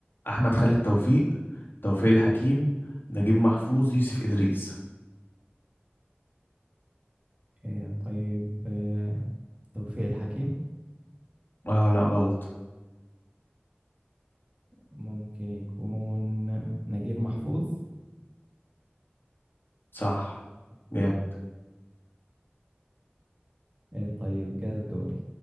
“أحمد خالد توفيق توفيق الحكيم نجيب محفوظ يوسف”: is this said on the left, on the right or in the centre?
Left